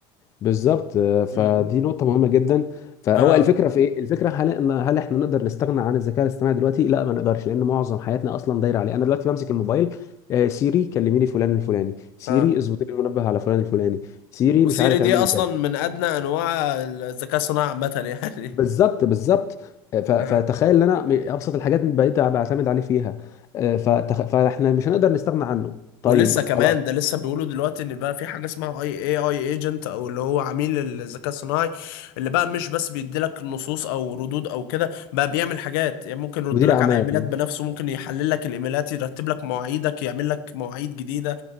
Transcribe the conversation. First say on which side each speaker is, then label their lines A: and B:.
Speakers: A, on the left; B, on the left.
A: بالظبط آه، فدي
B: مم.
A: نقطة مهمة جدا فهو
B: اه
A: الفكرة في ايه؟ الفكرة هل ان هل احنا نقدر نستغنى عن الذكاء الاصطناعي دلوقتي؟ لا ما نقدرش لان معظم حياتنا اصلا دايرة عليه، انا دلوقتي بمسك الموبايل آه، سيري كلميني فلان الفلاني، سيري
B: اه
A: اظبطي لي المنبه على فلان الفلاني، سيري
B: وسيري
A: مش عارف
B: دي
A: اعملي
B: اصلا
A: كذا.
B: من ادنى انواع الذكاء الصناعي عامه يعني
A: بالظبط بالظبط آه، ف- فتخيل
B: <laughs>
A: ان انا م- ابسط الحاجات بقيت بعتمد عليه فيها آه، فتخ... فاحنا مش هنقدر نستغنى عنه. طيب
B: ولسه كمان
A: خلاص
B: ده لسه بيقولوا دلوقتي ان بقى في حاجه اسمها اي اي اي ايجنت او اللي هو عميل الذكاء الصناعي اللي بقى مش بس بيديلك نصوص او ردود او كده بقى بيعمل حاجات يعني ممكن يرد
A: مدير
B: لك
A: اعمال
B: على ايميلات بنفسه ممكن يحلل لك الايميلات يرتب لك مواعيدك يعمل لك مواعيد جديده